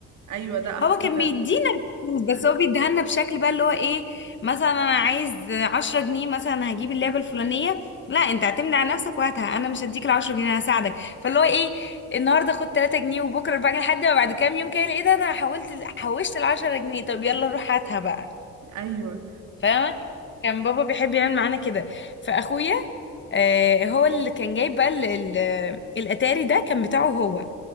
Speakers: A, on the right (about 75°); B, on the left (about 40°).
A: ايوه ده احسن
B: هو كان
A: فعلا
B: بيدينا الفلوس بس هو بيديها لنا بشكل بقى اللي هو ايه مثلا انا عايز 10 جنيه مثلا هجيب اللعبه الفلانيه لا انت اعتمد على نفسك وهاتها انا مش هديك ال 10 جنيه انا هساعدك فاللي هو ايه النهارده خد 3 جنيه وبكره 4 جنيه لحد ما بعد كام يوم كده ايه ده انا حولت حوشت ال 10 جنيه طب يلا روح هاتها بقى
A: ايوه
B: فاهمة كان بابا بيحب يعمل معانا كده فاخويا آه، هو اللي كان جايب بقى ال- ال- الاتاري ده كان بتاعه هو